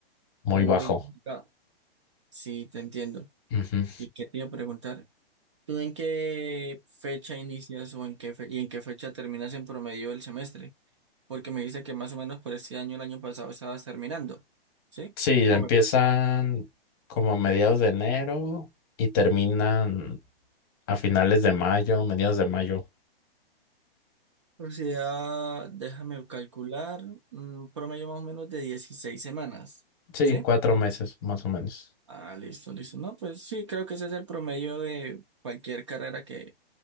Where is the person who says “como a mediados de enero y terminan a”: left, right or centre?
Left